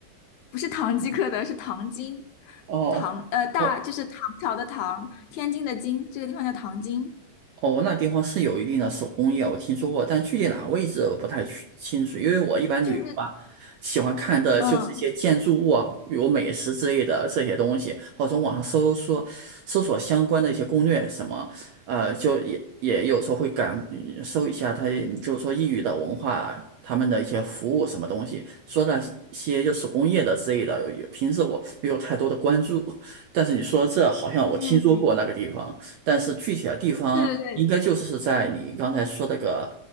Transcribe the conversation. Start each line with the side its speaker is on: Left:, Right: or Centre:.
Left: 不是堂吉诃德，是糖精，
Right: 哦。
Left: 唐呃大就是唐朝的唐，
Right: 哦
Left: 天津的津，这个地方叫唐津，
Right: 哦，那地方是有一定的手工业，我听说过，但具体哪个位置我不太去清楚，因为我一般旅游吧，
Left: 就是
Right: 喜欢看的就是一些建筑物啊，
Left: 嗯
Right: 比如美食之类的这些东西，或者从网上搜索搜索相关的一些攻略什么，呃，就也也有时候会感嗯搜一下它，就是说异域的文化，他们的一些服务什么东西，说那些些就手工业的之类的，有有平时我没有太多的关注，<laughs> 但是你说这好像我听说过那个地方。
Left: 嗯。
Right: 但是具体的地方应该就是在你刚才说那个
Left: 对对对